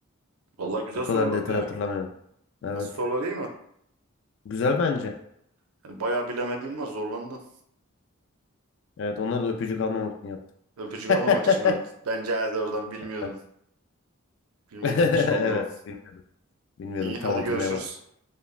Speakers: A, on the right (about 80°); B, on the left (about 55°).
A: Vallahi güzel
B: Bu
A: sorulardı
B: kadar detay
A: ya.
B: hatırlamıyorum. Evet.
A: Nasıl sorular iyi mi?
B: Güzel bence.
A: Hani bayağı bilemediğim var zorlandım.
B: Evet onlar da öpücük almamak için yaptı.
A: Öpücük
B: <laughs>
A: almamak için mi yaptın? Bence herhalde oradan bilmiyordun.
B: Evet.
A: Bilmediğin
B: <laughs>
A: için
B: Evet
A: olur o.
B: bilmiyordum. Bilmiyordum
A: İyi
B: tam
A: hadi
B: hatırlayamadım.
A: görüşürüz.